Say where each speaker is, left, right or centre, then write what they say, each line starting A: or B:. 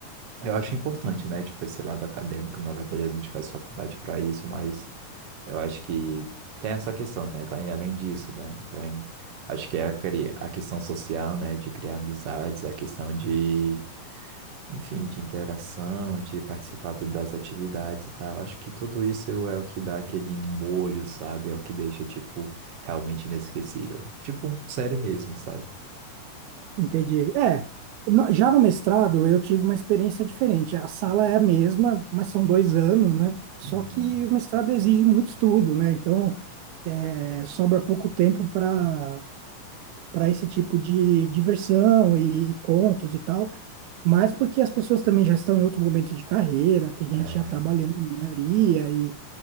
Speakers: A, on the right; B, on the right.
A: Eu acho importante, né? Tipo, esse lado acadêmico, na verdade a gente faz faculdade para isso, mas eu acho que tem essa questão, né? Vai além disso, né? Vem, acho que é a, cri- a questão social, né? De criar amizades, a questão de, enfim, de interação, de participar do- das atividades e tal. Acho que tudo isso é o que dá aquele molho, sabe? É o que deixa, tipo, realmente inesquecível. Tipo, série mesmo, sabe?
B: Entendi. É, no- já no mestrado eu tive uma experiência diferente. A sala é a mesma, mas são dois anos, né? Só
A: Uhum.
B: que o mestrado exige muito estudo, né? Então, é, sobra pouco tempo para para esse tipo de diversão e encontros e tal. mas porque as pessoas também já estão em outro momento de carreira, tem gente
A: É,
B: já trabalhando, a maioria, e,